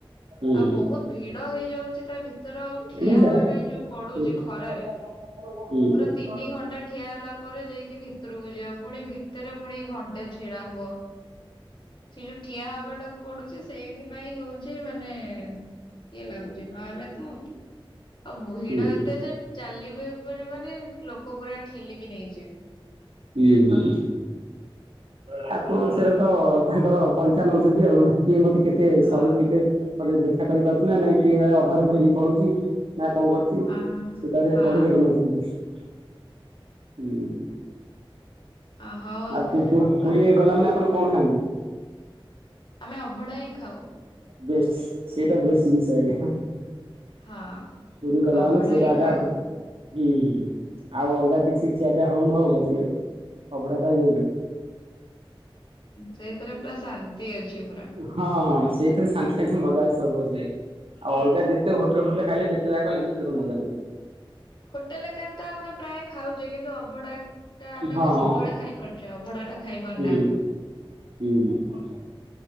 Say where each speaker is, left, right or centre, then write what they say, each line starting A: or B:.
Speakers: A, on the right (about 80°); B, on the left (about 50°).
A: ହୁଁ
B: ଆଉ ବହୁତ ଭିଡ ହେଇଯାଉଚି ତା ଭିତର ଆଉ ଠିଆ
A: ପୁରୀ ଜାଗା
B: ହବା ପାଇଁ ଯୋଉ ପଡୁଚି
A: ହୁଁ
B: ଖରାରେ
A: ହୁଁ
B: ପୁରା ତିନି ଘଣ୍ଟା ଠିଆ ହେଲା ପରେ ଯାଇକି ଭିତରକୁ ଯିବ ଫୁଣି ଭିତରେ ପୁଣି ଘଣ୍ଟେ ଛିଡା ହ ହୁଅ <unintelligible> ଠିଆ ହବାଟାକୁ ପଡୁଚି ସେଇଥିପାଇଁ ହଉଛି ମାନେ ଇଏ ଲାଗୁଛି ନହେଲେ ତ ଆଉ ବ ଭିଡ
A: ହୁଁ ହୁଁ
B: ଏତେ ଯେ ଚାଲିବି ପାରିବନି ଲୋକ ପୁରା ଠେଲିକି ନେଇଯିବେ
A: ହୁଁ ହୁଁ ଠାକୁର ସେର ତ ତାଙ୍କର ପରୀକ୍ଷା ନଉଛନ୍ତି ଆଉ କିଏ ମତେ କେତେ
B: ହଁ
A: ସହିକି ଏତେ <unintelligible> ଦେଖା କରିପାରୁଛୁ ନା ନାଇଁ କିଏ ଅଧାରୁ ଘେରିକି ପଳଉଛି ନା କଣ କର
B: ହଁ
A: ସେ ତା ଦେହରେ
B: ହଁ
A: ପରୀକ୍ଷାକୁ ନଉଛନ୍ତି ହୁଁ
B: ଅ, ହଉ
A: ଆଉ ପୁ ପୁ ପୁରୀ
B: ଅ,
A: ଗଲା ମାନେ ଆପଣ କଣ ଖାଆନ୍ତି?
B: ଆମେ ଅଭଡ଼ା ହିଁ ଖାଉ
A: ବେଶ୍ ସେଇଟା ବେଶ୍ ଜିନିଷ ଏୟା ପୁରୀ
B: ହଁ
A: ଗଲା
B: ଅଭଡା
A: ମାନେ ସେଇଟା
B: ହିଁ
A: ଆକା
B: ଖାଉ
A: ଆଗ ହୁଁ ହୁଁ ଆଉ ଅଲଗା କିଛି ଖିଆ ପିଆ ହଉ ନ ହଉ <unintelligible> ଅବଢ଼ା ତ <inaudible>
B: ସେଇଥିରେ ପୁରା ଶାନ୍ତି ଅଛି ପୁରା
A: ହଁ ହଁ ସେଇଥିରେ ଶାନ୍ତି ଅଛି ମଜା ଅଛି ସବୁ ଅଛି ଆଜ୍ଞା ଆଉ ଅଲଗା ଯେତେ ହୋଟେଲ ଫୋଟେଲ ରେ ଖାଇଲେ ଯେତେ ଯାହା କଲେ ବି ସେ ସବୁ ମଜା ନାହିଁ
B: ହୋଟେଲ ଏକ ତ ଆମେ ପ୍ରାୟ ଖାଉଚେ କିନ୍ତୁ ଅଭଢ଼ା ଟା ଆମେ
A: ହଁ
B: କଉ ସବୁବେଳେ ଖାଇପାରୁଛେ ଅଭଡା ଟା ଖାଇପାରୁନେ
A: ହୁଁ ହୁଁ
B: ଆମେ।
A: ହଁ ହଁ